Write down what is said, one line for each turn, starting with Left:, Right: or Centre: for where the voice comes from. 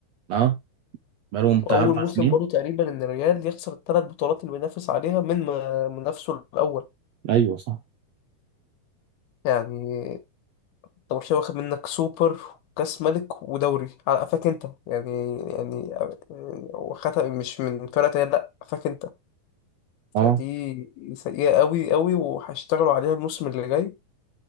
Right: اه بقالهم بتاع
Left: وأول
Right: اربع
Left: موسم
Right: سنين
Left: برضه تقريبا إن الريال يخسر الثلاث بطولات اللي بينافس عليها من م- منافسه الأول
Right: ايوه صح
Left: يعني أنت برشلونة واخد منك سوبر وكأس ملك ودوري على قفاك أنت يعني يعني واخدها مش من فرقة تانية لأ قفاك أنت
Right: اه
Left: فدي سيئة قوي قوي وهيشتغلوا عليها الموسم اللي جاي